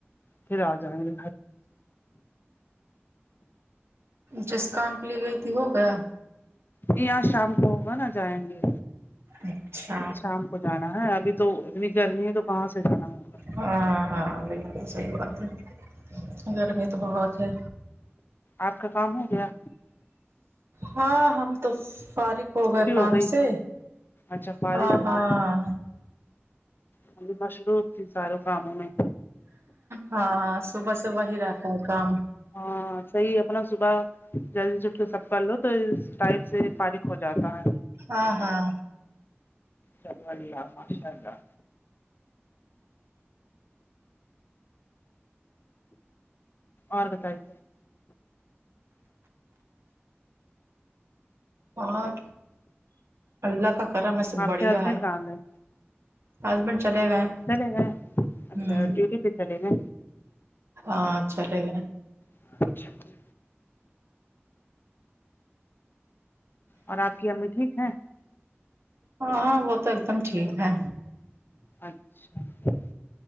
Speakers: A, on the left; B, on the right.
A: پھر آ جائیں گے
B: جس کام کے لیے گئی تھی ہو گیا
A: جی آج شام کو ہوگا نا جائیں گے
B: اچھا
A: شام کو جانا ہے ابھی تو اتنی گرمی ہے تو کہاں سے جانا ہوگا
B: ہاں ہاں بالکل صحیح بات ہے گرمی تو بہت ہے
A: آپ کا کام ہو گیا
B: ہاں ہم تو فارغ ہو گئے
A: فری
B: کام
A: گئی
B: سے
A: اچھا فارغ
B: ہاں
A: ہو
B: ہاں
A: گئی ہم بھی مصروف تھی سارے کاموں میں
B: ہاں صبح سے وہی رہتا ہے کام
A: ہاں صحیح اپنا صبح جلدی سے سب کر لو تو اس ٹائم سے فارغ ہوجاتا ہے
B: ہاں ہاں
A: چلو الله ماشاء اللہ اور بتائیے
B: اور اللہ کا کرم ہےسب
A: آپ
B: بڑھیا
A: کے ہسبینڈ
B: ہے
A: کہاں گئے
B: ہسبینڈ چلے گئے ہمم
A: چلے گئے اچھا ڈیوٹی پہ چلے گۓ
B: ہاں چلے گا
A: اچھا اچھا اور آپ کی امی ٹھیک ہے
B: ہاں ہاں وہ تو ایک دم ٹھیک ہے
A: اچھا